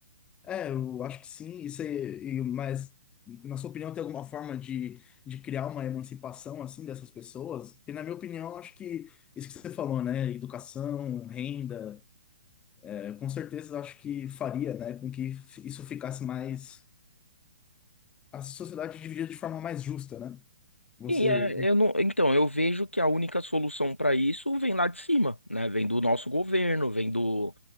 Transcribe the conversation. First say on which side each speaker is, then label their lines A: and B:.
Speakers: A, on the left; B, on the left.
A: É, eu acho que sim, isso aí, e- mas na sua opinião tem alguma forma de, de criar uma emancipação assim dessas pessoas? E na minha opinião, eu acho que isso que você falou, né, educação, renda, é, com certeza eu acho que faria, né, com que f- isso ficasse mais a sociedade dividida de forma mais justa, né? Você,
B: E é, eu não, então eu vejo que a única solução pra isso vem lá de cima, né? Vem do nosso governo, vem do,